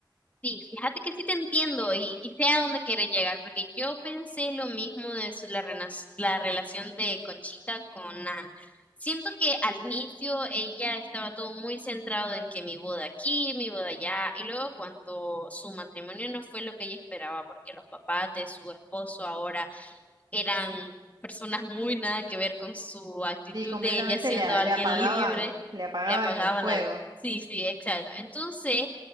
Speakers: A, on the left; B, on the right.
A: Sí, fíjate que sí te entiendo y, y sé a dónde quieres llegar, porque yo pensé lo mismo de su- la, renas- la relación de Conchita con Nan. Siento que al inicio ella estaba todo muy centrado en que mi boda aquí, mi boda allá, y luego cuando su matrimonio no fue lo que ella esperaba, porque los papás de su esposo ahora eran personas muy nada que ver con su actitud
B: Sí, completamente
A: de ella siendo
B: le, a-
A: alguien
B: le apagaban,
A: libre,
B: le apagaban
A: le apagaban
B: el fuego.
A: la... Sí, sí, exacto. Entonces,